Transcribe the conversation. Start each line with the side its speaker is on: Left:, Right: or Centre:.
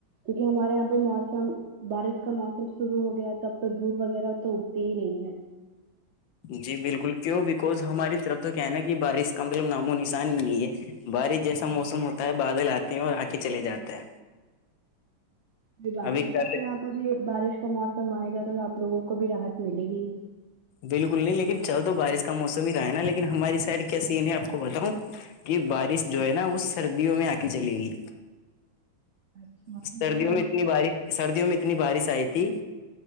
Right: کیونکہ ہمارے یہاں پہ موسم بارش کا موسم شروع ہو گیا ہے تب تو دھوپ وغیرہ تو اگتی ہی نہیں ہے
Left: جی بالکل کیوں بکوز ہماری طرف تو کیا ہے نا کہ بارش کا مطلب نام و نشان نہیں ہے بارش جیسا موسم ہوتا ہے بادل آتے ہیں اور آ کے چلے جاتا ہے
Right: کوئی بات
Left: ابھی
Right: نہیں
Left: کیا
Right: آپ کے یہاں بھی بارش کا موسم آئے گا تو آپ لوگوں کو بھی راحت ملے گی
Left: بالکل نہیں لیکن چل تو بارش کا موسم ہی رہا ہے نا لیکن ہماری سائڈ کیا سی آپ کو بتاؤں کہ بارش جو ہے نا وہ سردیوں میں آ کے چلے گی
Right: اچھا آپ
Left: سردیوں
Right: کے یہاں کا اور
Left: میں اتنی بارش سردیوں میں اتنی بارش آئی تھی